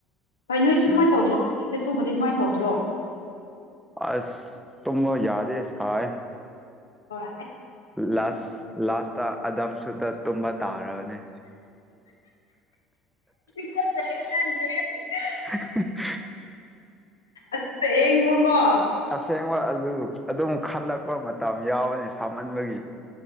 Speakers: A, on the left; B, in the centre.
A: ꯍꯣꯏ ꯅꯣꯏꯁꯨ ꯑꯗꯨꯃꯥꯏꯅ
B: ꯎꯝ
A: ꯇꯧꯗ꯭ꯔꯣ ꯁꯤꯗ ꯊꯨꯝꯕꯗꯤ ꯑꯗꯨꯃꯥꯏꯅ ꯇꯧꯗ꯭ꯔꯣ
B: ꯑꯁ ꯇꯨꯨꯝꯕ ꯌꯥꯗꯦ ꯁꯥꯏ
A: ꯍꯣꯏ
B: ꯂꯥꯁ ꯂꯥꯁꯇ ꯑꯗꯝꯁꯨꯗ ꯇꯨꯝꯕ ꯇꯥꯔꯕꯅꯤ
A: <unintelligible>
B: <unintelligible>
A: ꯑꯁꯦꯡꯕꯀꯣ
B: ꯑꯁꯦꯡꯕ ꯑꯗꯨ ꯑꯗꯨꯝ ꯈꯜꯂꯛꯄ ꯃꯇꯝ ꯌꯥꯎꯕꯅꯤ ꯁꯥꯃꯟꯕꯒꯤ